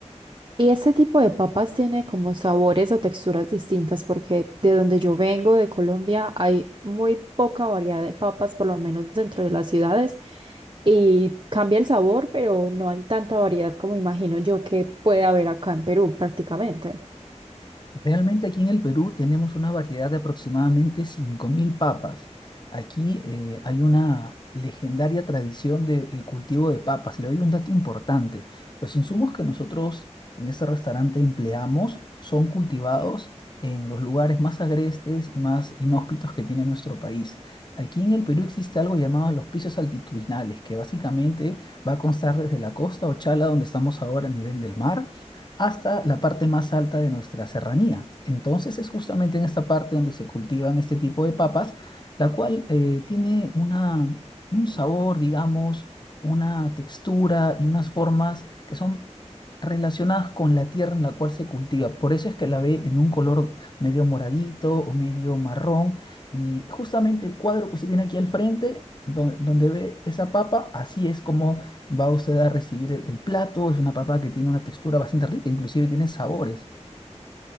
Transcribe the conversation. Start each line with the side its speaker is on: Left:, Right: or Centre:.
Right: Y este tipo de papas tiene como sabores o texturas distintas porque de donde yo vengo, de Colombia, hay muy poca variedad de papas, por lo menos dentro de las ciudades, y cambia el sabor, pero no hay tanta variedad como imagino yo que puede haber acá en Perú prácticamente.
Left: Realmente aquí en el Perú tenemos una variedad de aproximadamente 5.000 papas. Aquí eh, hay una legendaria tradición del cultivo de papas. Le doy un dato importante. Los insumos que nosotros en este restaurante empleamos son cultivados en los lugares más agrestes y más inhóspitos que tiene nuestro país. Aquí en el Perú existe algo llamado los pisos altitudinales, que básicamente va a constar desde la costa Ochala, donde estamos ahora a nivel del mar, hasta la parte más alta de nuestra serranía. Entonces es justamente en esta parte donde se cultivan este tipo de papas, la cual eh, tiene una, un sabor, digamos, una textura y unas formas que son relacionadas con la tierra en la cual se cultiva. Por eso es que la ve en un color medio moradito o medio marrón. Y justamente el cuadro que usted tiene aquí al frente, donde, donde ve esa papa, así es como va usted a recibir el, el plato, es una papa que tiene una textura bastante rica, inclusive tiene sabores.